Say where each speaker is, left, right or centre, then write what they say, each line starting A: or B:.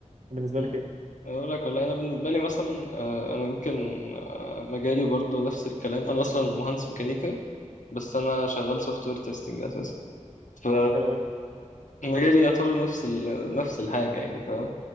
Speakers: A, on the right; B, on the left.
A: بالنسبه
B: مم.
A: لك ايه
B: اقول لك والله انا بالنسبه لي مثلا آه، انا يمكن آه، مجالي برضو نفس الكلام انا اصلا مهندس ميكانيكا بس انا شغال سوفت وير تيستنج اساسا ف
A: حلو قوي
B: مجالي يعتبر نفس ال... نفس الحاجة يعني فاهم